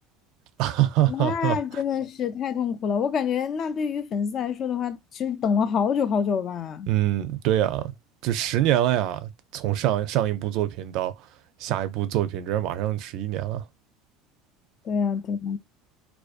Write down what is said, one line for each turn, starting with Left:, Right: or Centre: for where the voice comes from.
Right: <laughs> 哈哈哈。
Left: 那真的是太痛苦了。我感觉，那对于粉丝来说的话，其实等了好久好久吧。
Right: 嗯，对呀，这十年了呀，从上上一部作品到下一部作品，这马上十一年了。
Left: 对呀，对呀。